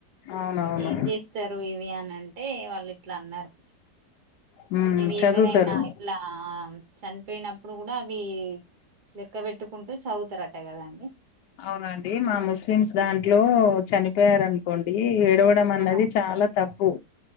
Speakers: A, on the left; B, on the right.
A: అవునవును
B: ఏం చేస్తారు ఇవి అనంటే వాళ్ళు ఇట్లా అన్నారు
A: హ్మ్
B: ఇవి
A: చదువుతారు
B: ఎవరైనా ఇట్లా చనిపోయినప్పుడు కూడా అవి లెక్క పెట్టుకుంటూ చదువుతారట కదండి
A: అవునండి మా ముస్లిమ్స్ దాంట్లో చనిపోయారన్ కోండి ఏడవడం అన్నది
B: ఆ
A: చాలా తప్పు